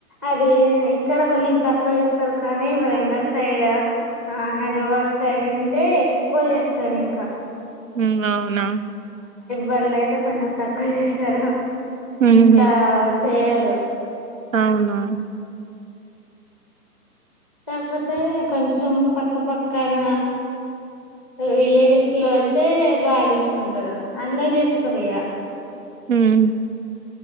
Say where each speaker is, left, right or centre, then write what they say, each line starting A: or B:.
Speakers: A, in the centre; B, on the right.
A: అది ఇక్కడ కొంచెం తక్కువ చేస్తారు కానీ వరంగల్ సైడ్ ఆ హైదరాబాద్ సైడ్ అంటే ఎక్కువ చేస్తారు ఇంకా
B: హుం గవునా
A: వళ్లు అయితే కొంచెం తక్కువ చేస్తారు
B: హుహు.
A: అంతా చేయరు
B: అవునా
A: కాకపోతే కొంచెం పక్కపక్కన విలేజెస్ లో అయితే బా చేసుకుంటాారు అందరు చేసుకోరు ఇగ
B: హుం